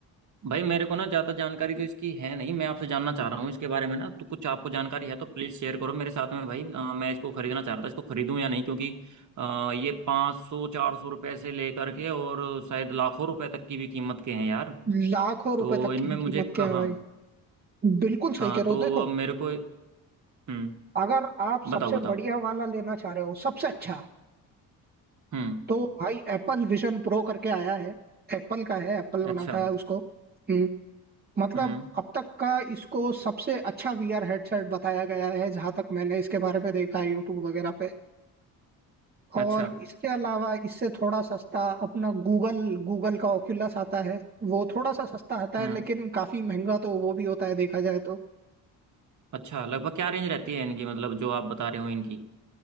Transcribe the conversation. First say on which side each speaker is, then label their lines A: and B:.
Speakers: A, on the right; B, on the right.
A: भाई मेरे को ना ज्यादा जानकारी तो इसकी है नहीं मैं आपसे जानना चाह रहा हूँ इसके बारे में ना तो कुछ आपको जानकारी है तो प्लीज शेयर करो मेरे साथ में भाई अ, मैं इसको खरीदना चाह रहा था इसको खरीदूं या नहीं क्योंकि आ, ये पाँच सौ चार सौ रुपए से लेकर के और शायद लाखों रुपए तक की भी कीमत के हैं यार
B: लाखों रुपए
A: तो
B: तक
A: इनमें
B: की भी
A: मुझे
B: कीमत के
A: कहाँ
B: है भाई
A: हाँ
B: बिल्कुल सही
A: हाँ,
B: कह रहे
A: तो
B: हो देखो
A: अब मेरे को हम्म
B: अगर आप
A: बताओ
B: सबसे
A: बताओ
B: बढ़िया वाला लेना चाह रहे हो सबसे अच्छा
A: हम्म
B: तो भाई एप्पल विजन प्रो करके आया है एप्पल का है एप्पल बनाता
A: अच्छा
B: है उसको हम्म, मतलब
A: हम्म
B: अब तक का इसको सबसे अच्छा वीआर हेडसेट बताया गया है जहां तक मैंने इसके बारे में देखा है यूट्यूब वगैरह पे और
A: अच्छा
B: इसके अलावा इससे थोड़ा सस्ता अपना गूगल गूगल का ओक्यूलस आता है वो थोड़ा सा सस्ता आता है
A: हम्म
B: लेकिन काफी महंगा तो वो भी होता है देखा जाए तो।
A: अच्छा लगभग क्या रेंज रहती है इनकी मतलब जो आप बता रहे हो इनकी